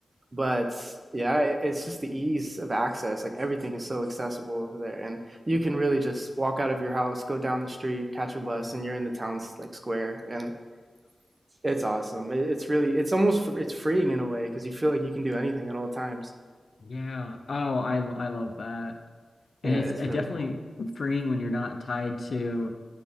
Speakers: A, on the right; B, on the left.
A: but yeah, it, it's just the ease of access. Like everything is so accessible over there, and you can really just walk out of your house, go down the street, catch a bus, and you're in the town's like square. And it's awesome. It, it's really, it's almost, fr- it's freeing in a way because you feel like you can do anything at all times.
B: Yeah. Oh, I I love that. And
A: Yeah,
B: it's
A: it's
B: uh, definitely
A: really cool.
B: freeing when you're not tied to